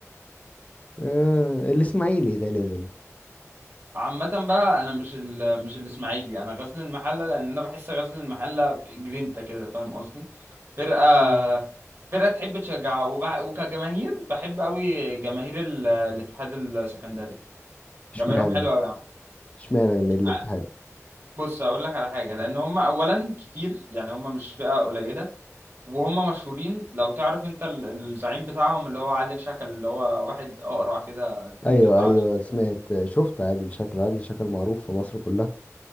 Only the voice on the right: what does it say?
عامة بقى انا مش ال... مش الاسماعيلي انا غزل المحلة لان انا بحس غزل المحلة جرينتا كده فاهم قصدي فرقة
فرقة تحب تشجع وبع... وكجماهير بحب قوي جماهير ال... الاتحاد السكندري
جماهيرهم حلو قوي يا عم
ع- بص اقول لك على حاجة لان هم اولا كتير يعني هم مش فئة قليلة وهم مشهورين لو تعرف انت ال- الزعيم بتاعهم اللي هو عادل شكل اللي هو واحد اقرع كده تلاقيه
بيطلع
على السوشيال